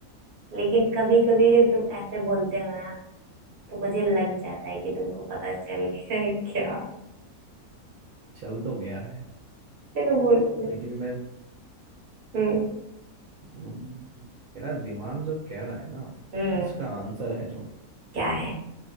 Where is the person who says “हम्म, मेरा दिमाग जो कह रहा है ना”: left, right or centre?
Right